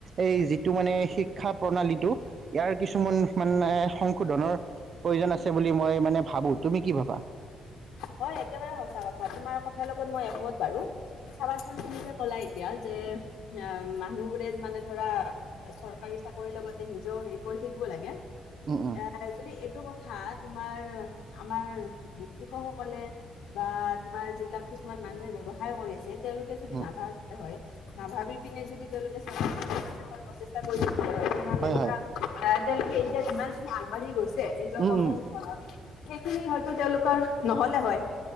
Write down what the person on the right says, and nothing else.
এই যি টো মানে, শিক্ষা প্ৰণালীটো ইয়াৰ কিছুমান মানে সংশোধনৰ প্ৰয়োজন আছে বুলি মই মানে ভাবো। তুমি কি ভাবা?
উম উম
উম
হয়
হয়
উম
উম